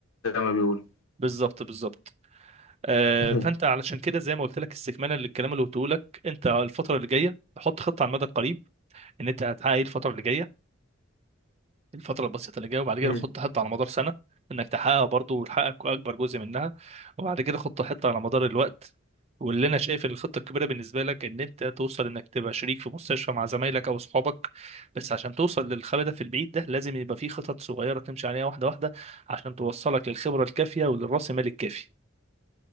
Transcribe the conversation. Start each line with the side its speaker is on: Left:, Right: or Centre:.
Left: زي ما بيقولوا
Right: بالظبط بالظبط آه،
Left: <laughs>
Right: فانت علشان كده زي ما قلت لك استكمالا للكلام اللي قلته لك انت الفتره اللي جايه تحط خطه على المدى القريب ان انت هتحقق ايه الفتره اللي جايه الفتره البسيطه اللي جايه وبعد كده
Left: مم.
Right: خطه حتى على مدار سنه انك تحققها برضه وتحقق اكبر جزء منها وبعد كده خطه حتى على مدار الوقت واللي انا شايف ان الخطه الكبيره بالنسبه لك ان انت توصل انك تبقى شريك في مستشفى مع زمايلك او اصحابك بس عشان توصل للهدف البعيد ده لازم يبقى في خطط صغيره تمشي عليها واحده واحده عشان توصلك للخبره الكافيه وللراس مال الكافي